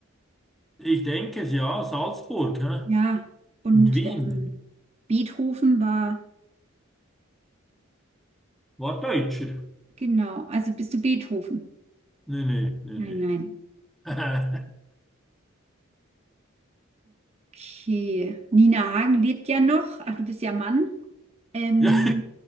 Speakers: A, in the centre; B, on the right.
A: Ich denke es, ja, Salzburg, hä?
B: Ja, und
A: Und Wien.
B: Ja. ähm, Beethoven war,
A: War Deutscher?
B: genau, also bist du Beethoven?
A: Nee, nee, nee,
B: Nein,
A: nee.
B: nein.
A: <laughs>
B: Okay. Nina Hagen lebt ja noch. Ach, du bist ja Mann. Ähm,
A: Ja,